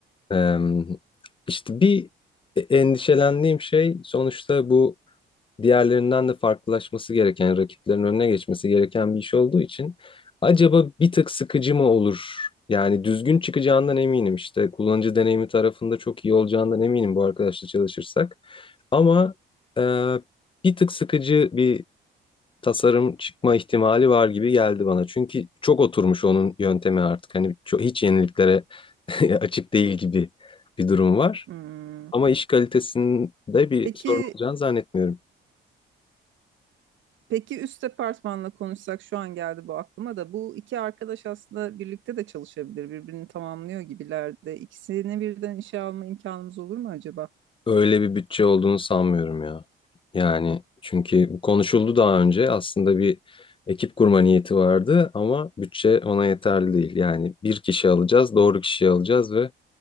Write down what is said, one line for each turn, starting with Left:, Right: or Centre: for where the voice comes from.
Left: em, işte bir e, endişelendiğim şey sonuçta bu diğerlerinden de farklılaşması gereken, rakiplerin önüne geçmesi gereken bir iş olduğu için acaba bir tık sıkıcı mı olur? Yani düzgün çıkacağından eminim işte kullanıcı deneyimi tarafında çok iyi olacağından eminim bu arkadaşla çalışırsak. Ama e, bir tık sıkıcı bir tasarım çıkma ihtimali var gibi geldi bana. Çünkü çok oturmuş onun yöntemi artık. Hani çok, hiç yeniliklere <laughs> açık değil gibi bir durum var.
Right: Hmm.
Left: Ama iş kalitesinde bir
Right: Peki
Left: sorun olacağını zannetmiyorum.
Right: Peki üst departmanla konuşsak şu an geldi bu aklıma da bu iki arkadaş aslında birlikte de çalışabilir. Birbirini tamamlıyor gibiler de. İkisini birden işe alma imkanımız olur mu acaba?
Left: Öyle bir bütçe olduğunu sanmıyorum ya. Yani çünkü bu konuşuldu daha önce. Aslında bir ekip kurma niyeti vardı ama bütçe ona yeterli değil. Yani bir kişi alacağız, doğru kişiyi alacağız ve